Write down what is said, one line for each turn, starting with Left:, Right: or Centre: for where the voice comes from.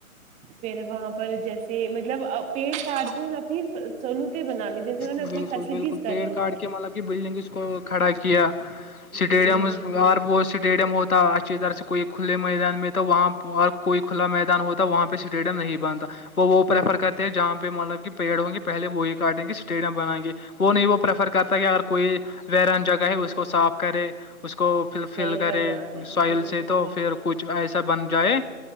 Right: پھر وہاں پر جیسے مطلب پیڑ کاٹتے اپنی سنو تو بناان دی جیسے انہ نے
Left: بالکل
Right: اپنی فیسلٹیز
Left: بالکل
Right: کر
Left: پیڑ
Right: لی
Left: کاٹ
Right: ہیں
Left: کے مطلب کہ بلڈنگ اس کو کھڑا کیا
Right: جی
Left: اسٹیڈیم
Right: جی جی جی
Left: اور ب اسٹیڈیم ہوتا تھا اچھی طرح سے کوئی کھلے میدان میں تو وہاں اور کوئی کھلا میدان ہوتا وہاں پہ اسٹیڈیم نہیں بنتا وہ پریفر کرتے ہیں جہاں پہ مطلب کہ پیڑ ہوں گے پہلے وہی گارڈن کے اسٹیڈیم بنائیں گے وہ نہیں وہ پریفر کرتا کہ اگر کوئی ویرن جگہ ہے اس کو صاف کرے اس کو پھر فل
Right: صحیح
Left: کرے
Right: فرما رہے ہیں
Left: سوائل
Right: بالکل
Left: سے تو
Right: بالکل
Left: پھر کچھ ایسا بن جائے